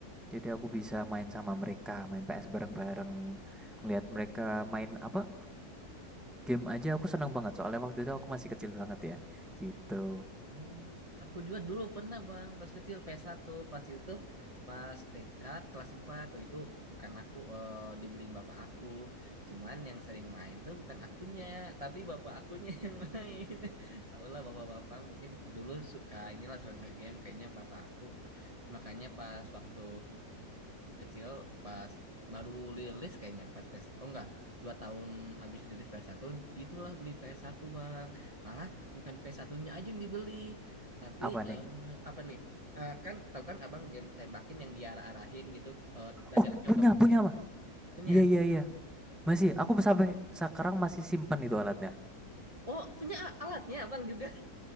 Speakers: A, in the centre; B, on the right.
A: Jadi aku bisa main sama mereka, main PS bareng-bareng, ngelihat mereka main
B: hmm.
A: apa? Game aja aku seneng banget soalnya waktu itu aku masih kecil banget ya. Gitu.
B: Hmm, aku juga dulu pernah bang pas kecil ps satu pas itu tuh pas TK kelas 4 waktu itu bukan aku eh, dibeliin bapak aku cuman yang sering main tuh bukan akunya tapi bapak akunya <laughs> yang main tau lah bapak-bapak mungkin dulu suka inilah suka nge-game kayaknya bapak aku makanya pas waktu kecil pas baru rilis kayaknya pas PS oh enggak dua tahun abis rilis ps satu itulah beli ps satu bang malah bukan p satunya aja yang dibeli, tapi
A: Apa nih?
B: eh, apa nih? Eh, kan tahu kan Abang game tembakin yang diarah-arahin gitu, eh
A: Oh,
B: jaraknya
A: punya,
B: otomatis
A: punya mah.
B: punya.
A: Iya, iya, iya. Masih, aku sampai sekarang masih simpen itu alatnya.
B: Oh, punya a- alatnya Abang juga.